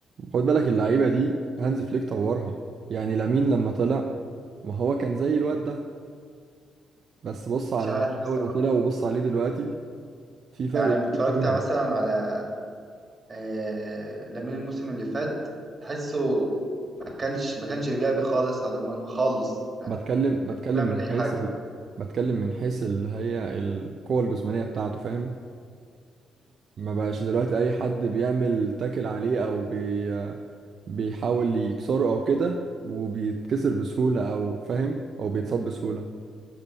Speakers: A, on the right; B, on the right.
A: خد بالك اللعيبة دي هانز فليك طورها يعني لامين لما طلع ما هو كان زي الواد ده بس بص على
B: مش عارف
A: الجو
B: صراحة
A: اللي طلع وبص عليه دلوقتي في فرق
B: يعني
A: كبير
B: اتفرجت
A: ما بينهم
B: مثلا على آه لامين الموسم اللي فات تحسه ما كانش ما كانش ايجابي خالص على المرمى خالص يعني
A: بتكلم
B: ما
A: بتكلم
B: كانش بيعمل
A: من
B: اي
A: حيث
B: حاجة
A: ال... بتكلم من حيث اللي هي القوة الجسمانية بتاعته فاهم ما بقاش دلوقتي أي حد بيعمل تاكل عليه أو بي... بيحاول يكسره أو كده وبيتكسر بسهولة أو فاهم أو بيتصاب بسهولة